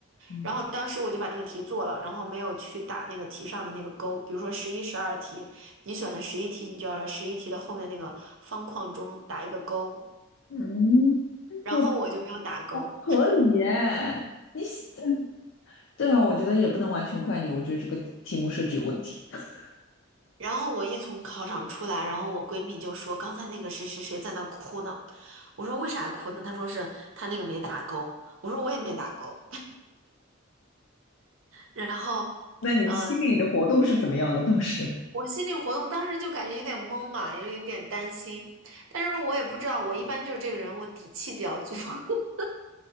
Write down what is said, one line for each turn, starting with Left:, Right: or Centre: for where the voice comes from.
Left: 嗯
Right: 然后当时我就把那个题做了，然后没有去打那个题上的那个勾。比如说十一、十二题，你选的十一题，你就要在十一题的后面那个方框中打一个勾。
Left: 嗯，哎好
Right: 然后我就没有打勾。
Left: 好不合理耶！你写 <laughs> 对啊，我觉得也不能完全怪你，我觉得这个题目设置有问题。<laughs>
Right: 然后我一从考场出来，然后我闺蜜就说：“刚才那个谁谁谁在那哭呢。”我说：“为啥哭呢？”她说：“是她那个没打勾。”我说：“我也没打勾。”然后，
Left: 那你心里的活动是怎么样的？
Right: 呃，
Left: 当时？
Right: 我心理活动当时就感觉有点懵嘛，有有点担心，但是我也不知道，我一般就是这个人，我底气比较足。<laughs>